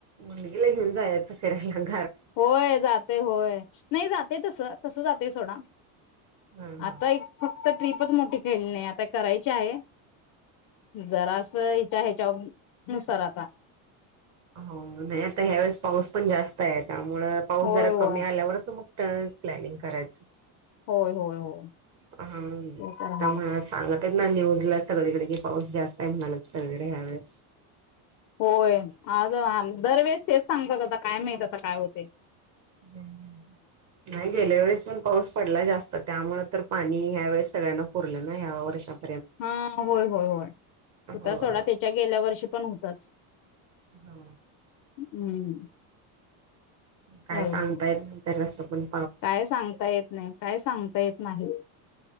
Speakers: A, on the right; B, on the left.
A: मुलगीला घेऊन जायचं फिर <unintelligible>
B: होय जातय होय नाही जातय तस तस जातय सोडा
A: हा हा
B: आता एक फक्त ट्रीप खूपच मोठी खेळणी आहे आता करायची आहे. जरास ई त्या हेच्या नुसार आता
A: हो नाही आता ह्या वेळेस पाऊस पण जास्त आये त्यामुळ पाऊस
B: होय
A: जरा
B: होय
A: कमी आल्यावरच मग. तर प्लॅनिंग करायचं.
B: होय होय होय
A: हा
B: ते तर आहेच
A: त्यामु <unintelligible> सांगत. नाहीय ओ उडला सगळीकडे कि पाऊस जास्त आहे म्हणाल्यात सगळीकडे ह्या वेेळेस
B: होय. आग आम दरवेळेस तेच सांगतात आता काय माहीत आता काय होतय.
A: हम नाही गेल्या वेळेस पण पाऊस पडलाय जास्त त्यामुळे तर पाणी ह्या वेळेस सगळ्यांना पुरलं ना या वर्षात
B: हा होय होय होय
A: हो
B: हूता सोडा
A: हो.
B: त्याच्या गेल्या वर्षी पण हूताच
A: हा.
B: हम्म.
A: काय
B: चालेल
A: सांगतायेत तर अस पण.
B: काय सांगता येत नाही काय सांगता येत नाही